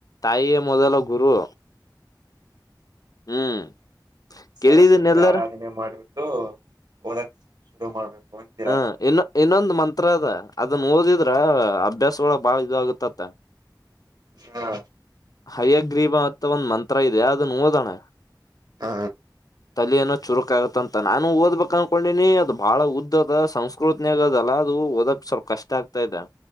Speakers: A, on the left (about 55°); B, on the right (about 60°).
A: ತಾಯಿಯೇ ಮೊದಲ ಗುರು ಹ್ಮ್
B: ಸರಸ್ವತಿ
A: ಕೇಳಿದೀನ್ ಎಲ್ಲಾರ
B: ಆರಾಧನೆ ಮಾಡಿಬಟ್ಟು ಓದಕ್ ಶುರು ಮಾಡ್ಬೇಕು ಅಂತೀರಾ
A: ಹಾ ಇಲ್ಲ ಇನ್ನೊಂದು ಮಂತ್ರ ಅದ ಅದನ್ ಓದಿದ್ರ ಅಭ್ಯಾಸ ಒಳ ಬಾಳ ಇದ್ ಆಗುತ್ತತ್ತ
B: ಹಾ
A: ಹಯ್ಯಗ್ರೀಬಂತ ಒಂದ್ ಮಂತ್ರ ಇದೆ ಅದನ್ನು ಓದೋಣ
B: ಹ
A: ತಲೆ ಏನೋ ಚುರುಕ ಆಗತ್ತ ಅಂತ ನಾನ ಓದ್ಬೇಕಕ್ ಅನ್ಕೊಂಡಿನಿ ಅದು ಬಹಳ ಉದ್ದದ ಸಂಸ್ಕೃತನ ಆಗದಲ್ಲ ಅದು ಓದಕ್ ಸ್ವಲ್ಪ ಕಷ್ಟ ಆಗ್ತಾದೆ